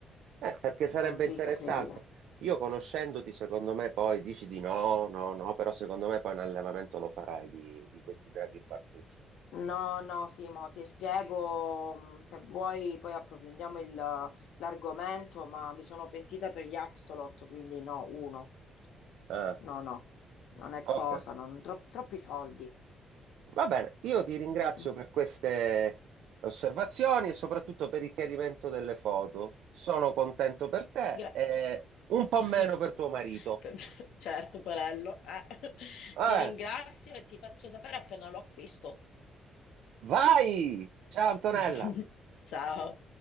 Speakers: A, on the right (about 80°); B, on the left (about 80°).
A: Eh, perché sarebbe
B: non ti
A: interessante.
B: saprei dire.
A: Io conoscendoti, secondo me, poi dici di no, no, no, però secondo me poi un allevamento lo farai di, di questi draghi barbuti.
B: No, no, Simo, ti spiego, mh, se vuoi poi approfondiamo il- l'argomento, ma mi sono pentita per gli Axolot, quindi no, uno.
A: Ah,
B: No, no, non è
A: ok.
B: cosa, non- tro- troppi soldi.
A: Va bene, io ti ringrazio
B: Mm, mm.
A: per queste osservazioni e soprattutto per il chiarimento delle foto. Sono contento per te
B: Gra-
A: e un po'
B: <laughs>
A: meno per tuo marito.
B: Per- Certo, Porello, eh. <laughs>
A: Va
B: Ti
A: bene,
B: ringrazio e ti faccio sapere appena lo acquisto.
A: vai! Ciao Antonella!
B: <laughs> Ciao.